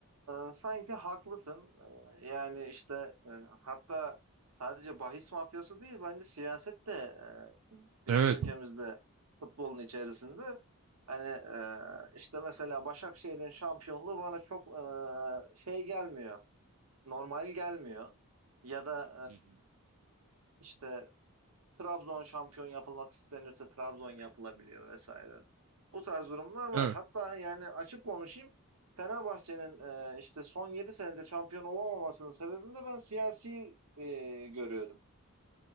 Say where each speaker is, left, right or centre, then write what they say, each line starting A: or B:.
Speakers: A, on the right (about 85°); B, on the right (about 65°).
A: e, sanki haklısın. E, yani işte e, hatta sadece bahis mafyası değil bence siyaset de e, bizim
B: Evet.
A: ülkemizde futbolun içerisinde. Hani e, işte mesela Başakşehir'in şampiyonluğu bana çok e, şey gelmiyor, normal gelmiyor. Ya da
B: Hı hı.
A: e, işte Trabzon şampiyon yapılmak istenirse Trabzon yapılabiliyor vesaire. Bu tarz durumlar var.
B: Evet.
A: Hatta yani açık konuşayım. Fenerbahçe'nin e, işte son 7 senede şampiyon olamamasının sebebini de ben siyasi e, görüyordum.